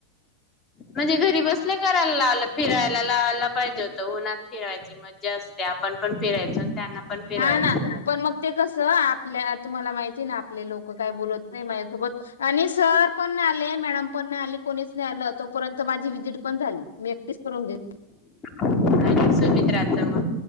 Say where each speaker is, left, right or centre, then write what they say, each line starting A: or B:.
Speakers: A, on the left; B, on the left.
A: म्हणजे घरी बसल्या करायला लाव फिरायला लावायला पाहिजे होतं, उन्हात फिरायची मज असत्या. आपण पण फिरायच त्यांना. पण फिरवायचं
B: हा ना पण मग ते कसं आपल्या तुम्हाला माहिती ना. आपले लोक काय बोलत नाही माझ्यासोबत आणि. सर पण नाही आले मॅडम पण नाही आली कोणीच नाही आलं तोपर्यंत माझी व्हिजिट पण झाली मी एकटीस करून घेत.
A: आणिस मित्रचा मग.